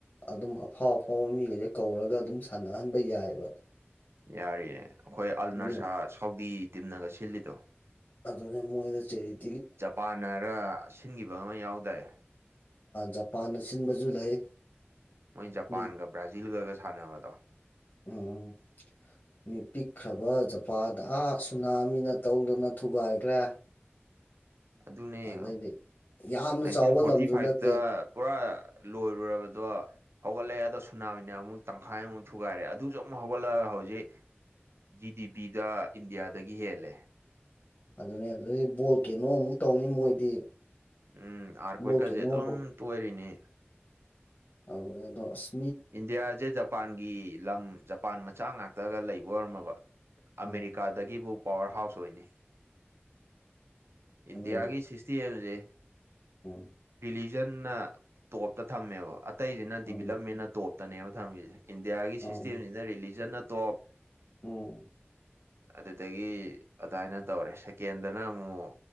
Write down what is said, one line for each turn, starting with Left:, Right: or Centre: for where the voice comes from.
Left: ꯑꯗꯨꯝ ꯑꯐꯥꯎ ꯑꯐꯥꯎꯕ ꯃꯤꯈꯩꯁꯦ ꯀꯧꯔꯒ ꯑꯗꯨꯝ ꯁꯥꯟꯅꯍꯟꯕ ꯌꯥꯏꯑꯕ
Right: ꯌꯥꯔꯤꯌꯦ ꯑꯩꯈꯣꯏ ꯑꯜ
Left: ꯃꯤ
Right: ꯅꯔꯁꯥ ꯁꯥꯎꯗꯤ ꯇꯤꯝꯅꯒ ꯁꯤꯜꯂꯤꯗꯣ
Left: ꯑꯗꯨꯅꯦ ꯃꯣꯏꯗ ꯆꯩꯔꯤ
Right: ꯖꯄꯥꯟꯅꯔ ꯁꯤꯟꯈꯤꯕ ꯑꯃ ꯌꯥꯎꯗꯥꯏ
Left: ꯖꯄꯥꯟꯅ ꯁꯤꯟꯕꯁꯨ ꯂꯩ
Right: ꯃꯣꯏ ꯖꯄꯥꯟꯒ
Left: ꯃꯤ
Right: ꯕ꯭ꯔꯥꯖꯤꯜꯒꯒ ꯁꯥꯟꯅꯕꯗꯣ
Left: ꯎꯝ ꯃꯤ ꯄꯤꯛꯈ꯭ꯔꯕ ꯖꯄꯥꯥꯟꯗ ꯑꯥ ꯁꯨꯅꯥꯃꯤꯅ ꯇꯧꯗꯨꯅ ꯊꯨꯒꯥꯏꯈ꯭ꯔꯦ
Right: ꯑꯗꯨꯅꯦ
Left: ꯑꯗꯩꯗꯤ ꯌꯥꯝꯅ
Right: ꯅꯥꯏꯟꯇꯤꯟ
Left: ꯆꯥꯎꯕ
Right: ꯐꯣꯔꯇꯤ
Left: ꯂꯝꯁꯨ
Right: ꯐꯥꯏꯚꯇ
Left: ꯅꯠꯇꯦ
Right: ꯄꯨꯔꯥ ꯂꯣꯏꯔꯨꯔꯕꯗꯣ ꯍꯧꯒꯠꯂꯛꯑꯦ ꯑꯗꯣ ꯁꯨꯅꯥꯃꯤꯅ ꯑꯃꯨꯛ ꯇꯪꯈꯥꯏ ꯑꯃꯨꯛ ꯊꯨꯒꯥꯏꯔꯦ ꯑꯗꯨꯁꯨ ꯑꯃꯨꯛ ꯍꯧꯒꯠꯂꯛꯑꯒ ꯍꯧꯖꯤꯛ ꯖꯤ ꯗꯤ ꯄꯤꯗ ꯏꯟꯗꯤꯌꯥꯗꯒꯤ ꯍꯦꯜꯂꯦ
Left: ꯑꯗꯨꯅꯦ ꯑꯗꯨꯗꯤ ꯕꯣꯜ ꯀꯩꯅꯣꯃꯨꯛ ꯇꯧꯅꯤ ꯃꯣꯏꯗꯤ
Right: ꯎꯝ ꯑꯥꯔ
Left: ꯕꯣꯜ
Right: ꯀꯣꯏꯀꯁꯦ
Left: ꯀꯦꯅꯣ
Right: ꯑꯗꯨꯝ
Left: ꯑꯃꯨꯛ
Right: ꯇꯣꯏꯔꯤꯅꯤ
Left: ꯑꯗꯁ
Right: ꯏꯟꯗꯤꯌꯥꯁꯦ ꯖꯄꯥꯟꯒꯤ ꯂꯝ ꯃꯄꯥꯟ ꯃꯆꯥ ꯉꯥꯛꯇꯒ ꯂꯩꯕ ꯑꯣꯏꯔꯝꯃꯕ ꯑꯃꯦꯔꯤꯀꯥꯗꯒꯤꯕꯨ
Left: ꯎꯝ
Right: ꯄꯋꯥꯔ ꯍꯥꯎꯁ ꯑꯣꯏꯅꯤ ꯏꯟꯗꯤꯌꯥꯒꯤ
Left: ꯑꯗꯨꯅꯦ
Right: ꯍꯤꯁꯇ꯭ꯔꯤ ꯍꯥꯏꯁꯦ
Left: ꯎꯝ
Right: ꯁꯤꯖꯟꯅ ꯇꯣꯞꯇ ꯊꯝꯃꯦꯕ ꯑꯇꯩꯁꯤꯅ ꯗꯤꯚꯂꯞꯃꯦꯟꯅ
Left: ꯎꯝ
Right: ꯇꯣꯞꯇꯅꯦꯕ ꯊꯝꯃꯤꯁꯦ ꯏꯟꯗꯤꯌꯥꯒꯤ
Left: ꯃꯥꯅꯤ
Right: ꯁꯤꯁꯇꯦꯝꯁꯤꯅ ꯔꯤꯂꯤꯖꯟꯅ ꯑ ꯇꯣꯞ
Left: ꯎꯝ
Right: ꯑꯗꯨꯗꯒꯤ ꯑꯗꯨꯃꯥꯏꯅ ꯇꯧꯔꯦ ꯁꯦꯀꯦꯟꯗꯅ ꯑꯃꯨꯛ